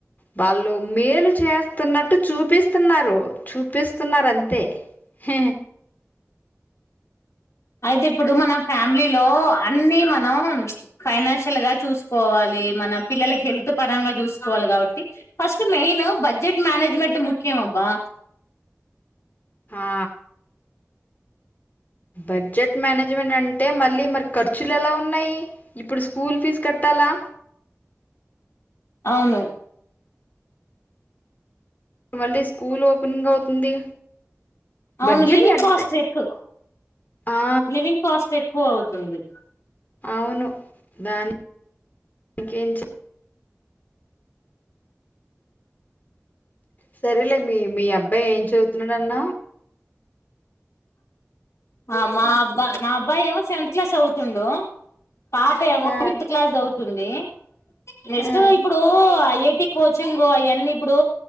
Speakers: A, on the left (about 35°); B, on the left (about 70°).
A: వాళ్ళు మేలు చేస్తున్నట్టు చూపిస్తున్నారు చూపిస్తున్నారు అంతే హ
B: అయితే ఇప్పుడు మన ఫ్యామిలీలో అన్ని మ మనం ఫైనాన్షియల్ గా చూసుకోవాలి మన పిల్లలకి హెల్త్ పరంగా చూసుకోవాలి కాబట్టి ఫస్ట్ మెయిన్ బడ్జెట్ మననేజ్మెంట్ ముఖ్యమబ్బా
A: హా బడ్జెట్ మేనేజ్మెంట్ అంటే మళ్ళీ మరి ఖర్చులు ఎలా ఉన్నాయి. ఇప్పుడు స్కూల్ ఫీజు కట్టాలా
B: అవును
A: మళ్ళీ స్కూల్ ఓపెనింగ్ అవుతుంది
B: అవును
A: బడ్జెట్
B: లివింగ్
A: నెట్
B: కాస్ట్ ఎక్కు
A: ఆ,
B: లివింగ్ కాస్ట్ ఎక్కువ అవు తుంది
A: అవును దానికి ఎం చే సరేలే మీ మీ అబ్బాయి ఏం చదువుతున్నాడన్నవు
B: ఆ మా అబ్బా మా అబ్బాయి ఏమో సెవెంత్ క్లాస్ చదువుతుండు. పాప ఏమో
A: ఆ,
B: ఫిత్ క్లాస్ చదువుతుంది నెస్ట్
A: ఆ,
B: ఇప్పుడు ఐ టి కోచింగ్ అయన్నీ ఇప్పుడు